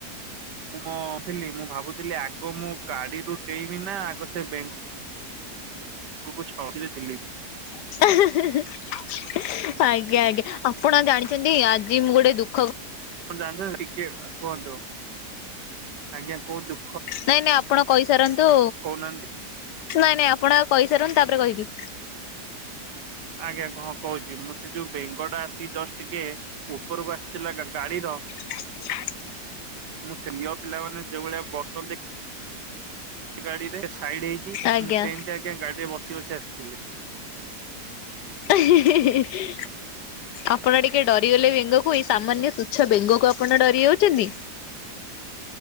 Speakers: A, on the right; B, on the left.
A: ମୁଁ ମୁଁ ଥିଲି ମୁଁ ଭାବୁଥିଲି ଆଗ ମୁଁ ଗାଡିରୁୁ ଡେଇବି ନା ଆଗ ସେ ବେଙ୍ଗ <unintelligible>
B: ଆଜ୍ଞା ଆଜ୍ଞା ଆପଣ ଜାଣିଛନ୍ତି ଆଜି ମୁଁ ଗୋଟେ ଦୁଖ
A: ଜାଣିଛ ଟିକେ କୁହନ୍ତୁ ଆଜ୍ଞା କୁହନ୍ତୁ।
B: ନାଇଁ ନାଇଁ ଆପଣ କହିସାରନ୍ତୁ।
A: କହୁନାହାନ୍ତି
B: ନାଇଁ ନାଇଁ ଆପଣ ଆଗ କହିସାରନ୍ତୁ, ତାପରେ କହିବି।
A: ଆଜ୍ଞା କଣ କହୁଛି, ମୁଁ ସେ ଯୋଉ ବେଙ୍ଗଟା ଆସି ଜଷ୍ଟ ଟିକେ ଉପରକୁ ଆସିଥିଲା, ଗାଡିର
B: <inaudible>
A: ମୋ ସିନିୟର ପିଲାମାନେ ଯୋଉ ଭଳିଆ ବସନ୍ତି ଗାଡି ରେ ସାଇଡ ହେଇକି
B: ଆଜ୍ଞା।
A: ।ମୁଁ ସେମିତି ଆଜ୍ଞା ଗାଡି ରେ ବ ବସି ବସି ଆସିଥିଲି।
B: ହିଁ-ହିଁ, ଆପଣ ଟିକେ ଡରିଗଲେ ବେଙ୍ଗକୁ ଏଇ ସାମାନ୍ୟ
A: ଆଜ୍ଞା
B: ତୁଚ୍ଛ ବେଙ୍ଗକୁ ଆ ଆପଣ ଡରି ଯାଉଛନ୍ତି?